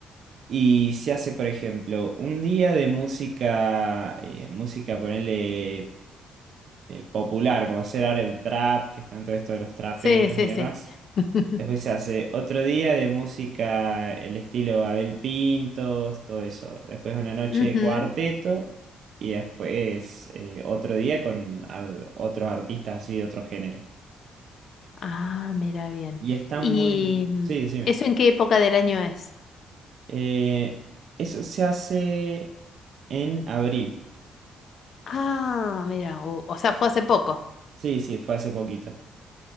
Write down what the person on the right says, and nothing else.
Y se hace, por ejemplo, un día de música, eh, música, ponerle popular, como hacer ahora el trap, que están todo esto de los traperos
y demás.
Después se hace otro día de música, el estilo Abel Pintos, todo eso. Después una noche
de cuarteto y después eh, otro día con ar- otros artistas así de otro género.
Y está
muy...
Sí, decime.
Eh, eso se hace en abril.
Sí, sí, fue hace poquito.